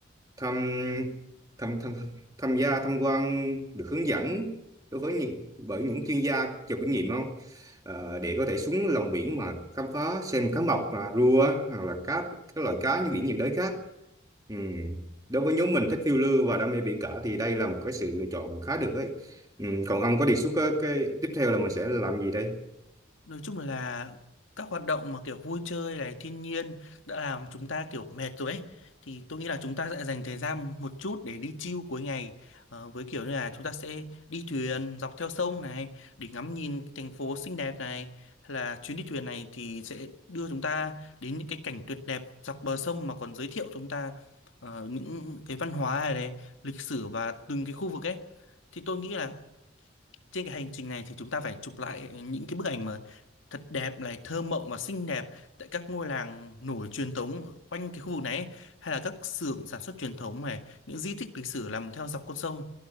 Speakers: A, on the right (about 20°); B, on the left (about 80°).
A: thăm, thăm thăm tham gia tham quan được hướng dẫn đối với những bởi những chuyên gia giàu kinh nghiệm không? Ờ, để có thể xuống lòng biển mà khám phá xem cá mập, à, rùa hoặc là cá các loại cá như biển nhiệt đới khác. Ừ. Đối với nhóm mình thích phiêu lưu và đam mê biển cả thì đây là một cái sự lựa chọn khá được đấy. Ừ. Còn ông có đề xuất cái, cái tiếp theo là mình sẽ làm gì đây?
B: Nói chung là các hoạt động mà kiểu vui chơi này, thiên nhiên đã làm chúng ta kiểu mệt rồi ấy. Thì tôi nghĩ là chúng ta sẽ dành thời gian một chút để đi chill cuối ngày Ờ, với kiểu như là chúng ta sẽ đi thuyền dọc theo sông này để ngắm nhìn thành phố xinh đẹp này. Hay là chuyến đi thuyền này thì sẽ đưa chúng ta đến những cái cảnh tuyệt đẹp dọc bờ sông mà còn giới thiệu chúng ta ờ, những cái văn hóa này, này, lịch sử và từng cái khu vực ấy. Thì tôi nghĩ là trên cái hành trình này thì chúng ta phải chụp lại những cái bức ảnh mà thật đẹp này thơ mộng và xinh đẹp tại các ngôi làng nổi truyền thống ở quanh cái khu vực này ấy, hay là các xưởng sản xuất truyền thống này những di tích lịch sử nằm theo dọc con sông